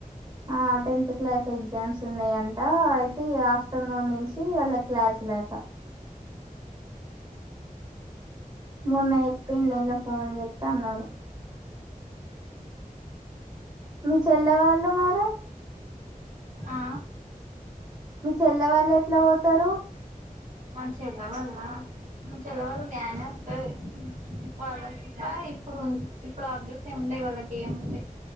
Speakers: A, on the right; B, on the right.
A: ఆ టెన్త్ క్లాస్ ఎగ్జామ్స్ ఉన్నాయంట అయితే ఆఫ్టర్నూన్ నుంచి వెళ్ళ క్లాసులట మొన్న చెప్పిడు నిన్న ఫోన్ చేస్తా అన్నాడు మీ చెల్లె వాళ్ళు మరి
B: ఆ
A: మీ చెల్లె వాళ్ళు ఎట్లా పోతారు
B: మా చెల్లె వాళ్ళ మా చెల్ల వాళ్ళ ్యానే వస్తది వాళ్ళ ఇప్పుడు ఇప్పుడు అభడెస ఏ ఉండయి వాళ్ళకి ఏమ్ ఉే